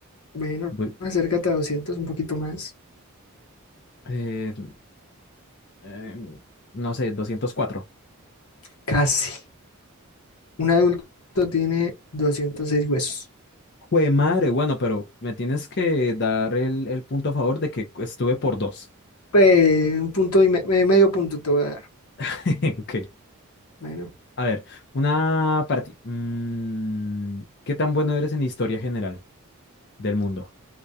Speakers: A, on the left; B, on the left.
A: Bueno,
B: Voy,
A: acércate a 200, un poquito más.
B: eh, eh, no sé, 204.
A: Casi. Un adulto tiene 206 huesos.
B: Jue madre, bueno, pero me tienes que dar el, el punto a favor de que estuve por dos.
A: Pues un punto y me- me- medio punto te voy a dar.
B: <laughs> Ok,
A: Bueno,
B: a ver, una para ti. Mm, ¿qué tan bueno eres en historia general del mundo?